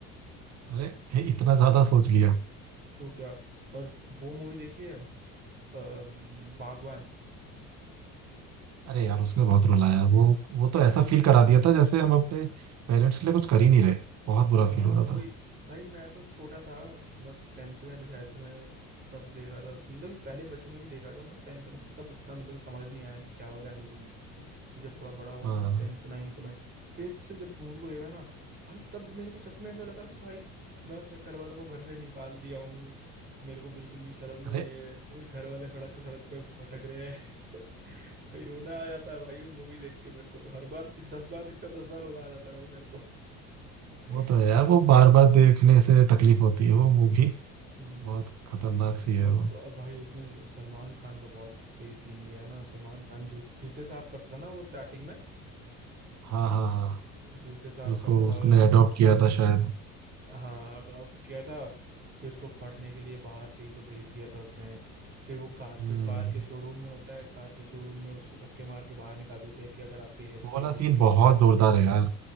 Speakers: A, on the right; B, on the right.
A: अरे हे, इतना ज्यादा सोच लिया
B: तो क्या और वो मूवी देखी है अम, बागबान
A: अरे यार उसने बहुत रुलाया वो वो तो ऐसा फील करा दिया था जैसे हम अपने पेरेंट्स के लिए कुछ कर ही नहीं रहे बहुत बुरा
B: हाँ
A: फील हो रहा
B: वही
A: था
B: भाई मैं तो छोटा था मतलब टेंथ में था शायद से मैंने तब देखा था उसको मतलब कि पहले बचपन में भी देखा था मैं टेंथ में तब इतना मतलब कि समझ नहीं आया कि क्या हो रहा है मूवी में फिर जब थोड़ा बड़ा हुआ
A: हाँ
B: ना टेंथ नाइन्थ में फिर से जब मूवी को देखा ना भाई तब मेरे को सच में ऐसा लगा कि भाई मैं अपने घर वालों को घर से निकाल दिया हूँ मेरे को बिल्कुल भी शर्म
A: अरे
B: नहीं है मेरे घर वाले सड़क के सड़क पे भटक रहे हैं <laughs> भाई रोना आ जाता है भाई वो मूवी देख के मेरे को तो हर बार जि- दस बार देखता दस बार रोना आ जाता है भाई मेरे को <laughs>
A: वो तो है यार वो बार बार देखने से तकलीफ होती है वो मूवी
B: हम्म
A: बहुत खतरनाक सी है
B: ब-
A: वो
B: ब- भाई उसमें सलमान खान का बहुत सही सीन लिया है ना सलमान खान जू, जूते साफ करता था ना वो स्टार्टिंग में
A: हाँ हाँ हाँ
B: जूते साफ
A: फिर उसको
B: करता था
A: उसने अडॉप्ट किया था शायद
B: हाँ अडॉप्ट किया था फिर उसको पढ़ने के लिए बाहर कहीं तो भेज दिया था उसने फिर वो कार
A: हम्म
B: के कार के शोरूम में होता है कार के शोरूम में उसको धक्के मार के बाहर निकाल देते हैं कि अगर आपकी हैसियत
A: वो वाला सीन
B: नहीं
A: बहुत
B: है तो
A: जोरदार है यार